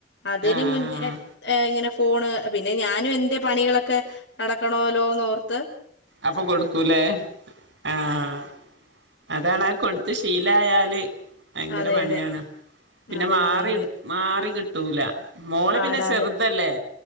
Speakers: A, on the left; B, on the right.
A: അതിന്
B: ആഹ്
A: മുന്നേ
B: ആഹ്
A: ഏഹ് ഇങ്ങനെ ഫോണ് പിന്നെ ഞാനും എന്റെ പണികളൊക്കെ നടക്കണോല്ലോന്ന് ഓർത്ത്
B: അപ്പം കൊടുക്കുലേ ആഹ്. അതാണാ കൊടുത്ത് ശീലായാല് ഭയങ്കര
A: അതെ
B: പണിയാണ്.
A: അതെ.
B: പിന്നെ
A: അതെ
B: മാറി
A: അതെ അതെ.
B: ഇട് മാറി കിട്ടൂല മോള്
A: പാടാതെ.
B: പിന്നെ ചെറുതല്ലേ.